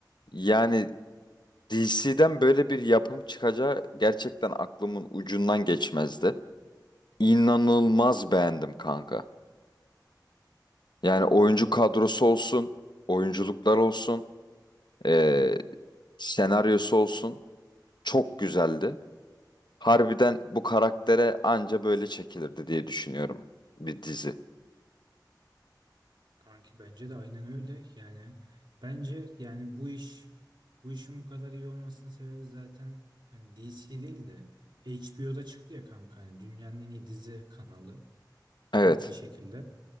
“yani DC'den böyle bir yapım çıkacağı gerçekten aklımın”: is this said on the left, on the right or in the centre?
Left